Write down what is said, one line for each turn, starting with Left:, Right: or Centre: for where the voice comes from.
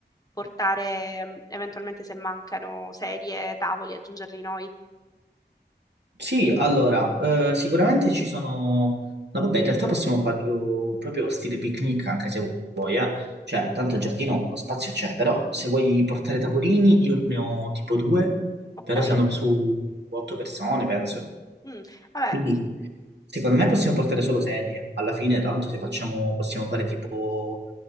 Left: portare mm, eventualmente se mancano sedie, tavoli, aggiungerli noi.
Right: Sì, allora, eh, sicuramente ci sono... No, vabbè, in realtà possiamo farlo proprio stile picnic, anche se vuoi, eh. Cioè, tanto il giardino, lo spazio c'è, però se vuoi portare tavolini, io ne ho tipo due,
Left: Ok?
Right: però stanno Ok. su otto persone, penso.
Left: Mm, Vabbè,
Right: Quindi,
Left: i-
Right: secondo me possiamo portare solo sedie. Alla fine, tanto se facciamo, possiamo fare tipo